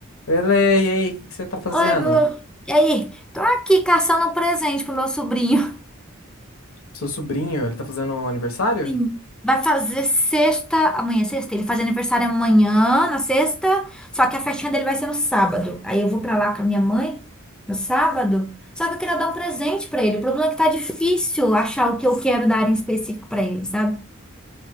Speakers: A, on the left; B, in the centre.
A: Ele, e aí, o que que você tá fazendo?
B: Oi, Gu. E aí? Tô aqui caçando um presente pro meu sobrinho.
A: Seu sobrinho, ele tá fazendo aniversário?
B: <laughs> Sim. Vai fazer sexta, amanhã é sexta, ele faz aniversário amanhã, na sexta, só que a festinha dele vai ser no sábado. Aí eu vou pra lá com a minha mãe no sábado. Só que eu queria dar um presente pra ele. O problema é que tá difícil achar o que eu quero dar em específico pra ele, sabe?